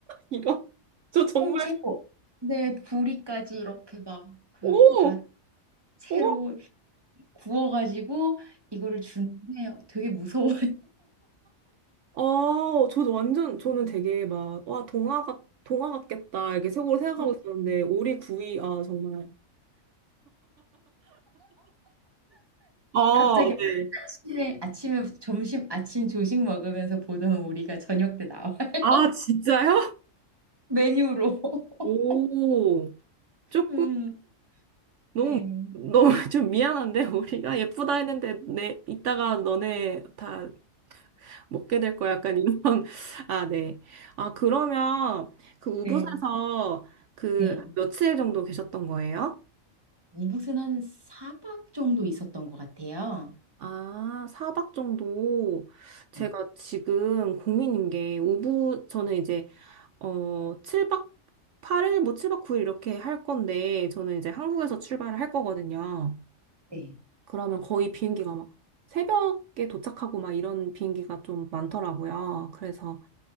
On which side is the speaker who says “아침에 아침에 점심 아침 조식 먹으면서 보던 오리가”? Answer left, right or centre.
Right